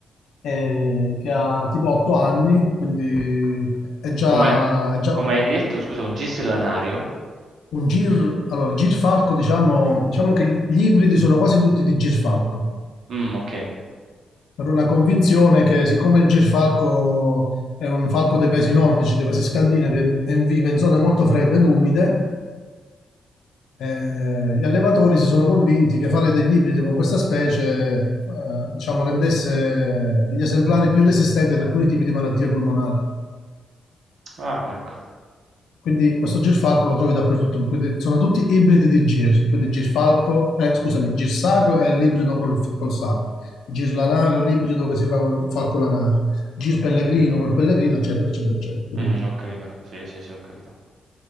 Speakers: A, on the left; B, on the right.
A: eh, che ha tipo 8 anni, quindi è già,
B: Come,
A: è già
B: come hai detto, scusa, un gislanario?
A: un gir... Allora, il girfalco, diciamo, diciamo che gli ibridi sono quasi tutti di girfalco.
B: Mm, ok.
A: per una convinzione che siccome il girfalco è un falco dei paesi nordici, dei paesi scandinavi, e vive in zone molto fredde ed umide, eh, gli allevatori si sono convinti che fare degli ibridi con questa specie, eh, diciamo, rendesse gli esemplari più resistenti ad alcuni tipi di malattie polmonari.
B: Ah, ecco.
A: Quindi questo girfalco lo trovi dappertutto, quindi sono tutti ibridi di gir, quindi girfalco, eh, scusami, girsacro è l'ibrido col, col sacro, girlanario l'ibrido che si fa col falco lanario, gir pellegrino col pellegrino, eccetera, eccetera, eccetera, capito?
B: Mh, ho capito. Sì, sì, sì, ho capito.